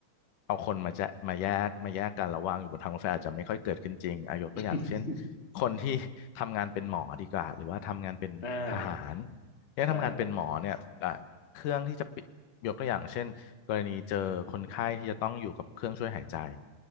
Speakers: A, on the left (about 80°); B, on the left (about 25°).
A: เอาคนมาแจะมาแยกมาแยกกันระหว่างอยู่บนทางรถไฟอาจจะไม่ค่อยเกิดขึ้นจริงอายกตัวอย่างเช่น
B: <laughs>
A: คนที่ทำงานเป็นหมอดีกว่าหรือว่าทำงานเป็นทหาร
B: อ่า
A: เนี่ยทำงานเป็นหมอเนี่ยอ่ะเครื่องที่จะปิยกตัวอย่างเช่นกรณีเจอคนไข้ที่จะต้องอยู่กับเครื่องช่วยหายใจ
B: ใช่